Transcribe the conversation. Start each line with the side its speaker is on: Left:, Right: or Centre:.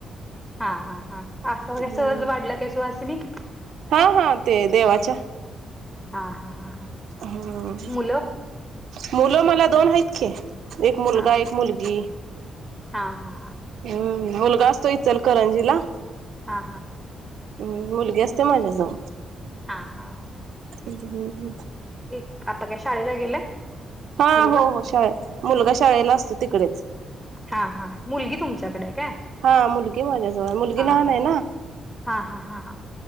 Centre: हा हा हा असता
Right: हम्म
Centre: काय सहज वाढलं काय सुहासिनी
Right: हा हा ते देवाच्या
Centre: हा हा हा हा
Right: हूं
Centre: मुलं
Right: मुलं मला दोन हाईत की एक मुलगा
Centre: हा
Right: एक मुलगी.
Centre: हा हा हा.
Right: हम्म मुलगा असतो इचल करंजीला
Centre: हा हा
Right: हम् मुलगी असते माज्याजवळ.
Centre: हा हा हा.
Right: हंम्म हम्म
Centre: एक आता काय शाळेला गेलाय?
Right: हा
Centre: मुलगा
Right: हो हो शाळत मुलगा शाळेला असतो तिकडेच
Centre: हा हा मुलगी तुमच्याकडे आहे काय
Right: हा मुलगी माझ्याजवळ मुलगी
Centre: हा
Right: लहान
Centre: हा
Right: ये ना.
Centre: हा हा हा हा.